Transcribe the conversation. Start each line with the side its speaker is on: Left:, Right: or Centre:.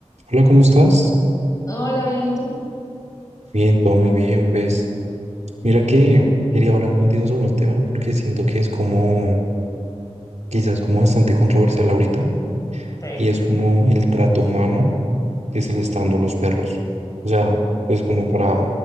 Right: Hola, ¿cómo estás?
Left: Hola, bien, ¿y tú?
Right: Bien, todo muy bien. Pues mira que quería hablar contigo sobre un tema porque siento que es como, quizás como bastante controversial ahorita
Left: Sí.
Right: y es como el trato humano que se le está dando a los perros. O sea, pues como para